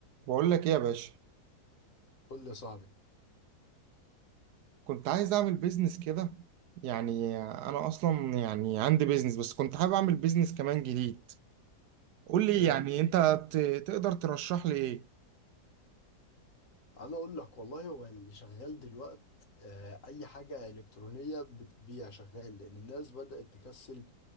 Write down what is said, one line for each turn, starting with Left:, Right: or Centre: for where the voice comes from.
Right: بقول لك ايه يا باشا
Left: قول لي يا صاحبي
Right: كنت عايز اعمل بيزنس كده يعني انا اصلا يعني عندي بيزنس بس كنت حابب اعمل بيزنس كمان جديد قول لي
Left: حلو
Right: يعني انت ت- تقدر ترشح لي ايه
Left: انا اقول لك والله هو اللي شغال دلوقت آه، اي حاجه الكترونيه بتبيع شغال لان الناس بدات تكسل